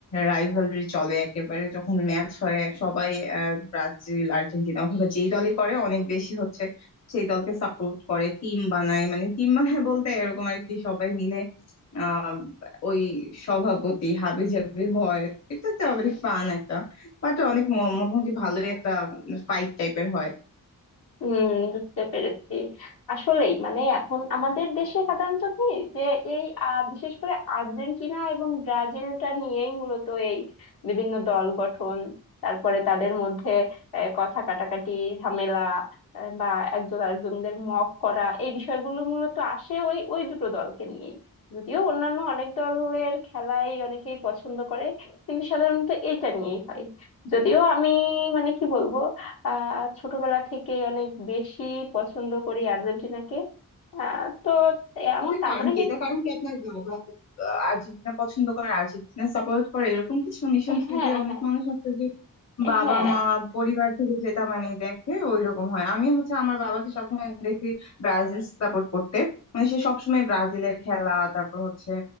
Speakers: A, on the left; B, on the left.
A: রাইভালরি চলে একেবারে যখন ম্যাচ হয় সবাই আহ, ব্রাজিল আর্জেন্টিনা অথবা যেই দলই করে অনেক বেশি হচ্ছে সেই দলকে সাপোর্ট করে টিম বানায় মানে টিম বানায় বলতে এরকম আর কি সবাই মিলে আহ ওই সভাপতি হাবি জাবি হয় এটা তো আবার ফান একটা বাট অনেক ম- মোটামুটি ভালোই একটা ফাইট টাইপের হয়
B: হুম বুঝতে পেরেছি আসলেই মানে এখন আমাদের দেশে সাধারণত কি যে এই আহ, বিশেষ করে আর্জেন্টিনা এবং ব্রাজিলটা নিয়েই মূলত এই বিভিন্ন দল গঠন তারপরে তাদের মধ্যে আহ, কথা কাটাকাটি ঝামেলা আহ, বা একজন আরেকজনদের মক করা এই বিষয়গুলো মূলত আসে ওই ওই দুটো দলকে নিয়েই যদিও অন্যান্য অনেক দলের খেলাই অনেকেই পছন্দ করে কিন্তু সাধারণত এইটা নিয়েই হয় যদিও আমি মানে কি বলবো আহ ছোটবেলা থেকে অনেক বেশি পছন্দ করি আর্জেন্টিনাকে আহ তো এমন
A: এটার
B: তার
A: কারণ
B: মানে
A: কি
B: কিন্তু
A: এটার কারণ কি আপনার বাবা আহ, আর্জেন্টিনা পছন্দ করে আর্জেন্টিনা সাপোর্ট করে এরকম কিছু আমি শুনছি
B: হ্যাঁ
A: যে অনেক
B: হ্যাঁ
A: মানুষ আছে যে বাবা
B: হ্যাঁ
A: মা পরিবার থেকে যেটা মানে দেখে ওইরকম হয় আমি হচ্ছে আমার বাবাকে সবসময় দেখি ব্রাজিল সাপোর্ট করতে মানে সে সবসময় ব্রাজিলের খেলা তারপর হচ্ছে